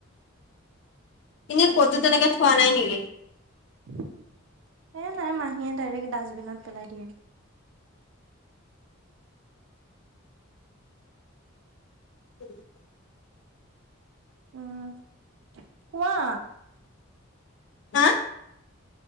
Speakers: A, on the left; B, on the right.
A: এনে
B: তাকেহে
A: ক'তো তেনেকে
B: আৰু
A: থোৱা নাই নেকি
B: এ নাই মাহীয়ে ডাইৰেক্ট ডাষ্টবিনত পেলাই দিয়ে।
A: <inaudible>
B: উম কোৱা।
A: আ